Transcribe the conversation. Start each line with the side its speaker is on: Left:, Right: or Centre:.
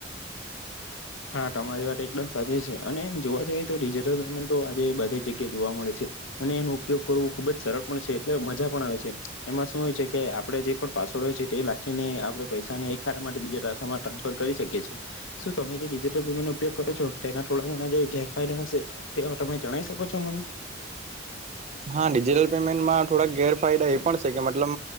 Left: હા તમારી વાત એકદમ સાચી છે અને એમ જોવા જઈએ િજટલ પેમેન્ટો આજે બધી જગ્યાએ જોવા મળે છે અને એનો ઉપયોગ કરવો ખુબ જ સરળ પણ છે એટલે મજા પણ આવે છે એમાં શું હોય છે કે આપડે જે પણ પાસવર્ડ હોય છે તે લખીને આપડે પૈસા ને એકા માટે બીજામાં ટ્રાન્સફર કરી શકીી એ છે શું તમે ેમેન્ટ ઉપયોગ કરો છો તેના થોડા ઘણા જે ગેરફાયદા હશે તે તમે જણાય શકો છો મને
Right: હા ડિજિટલ પેમેન્ટમાં થોડાક ગેરફાયદા એ પણ છે કે મતલબ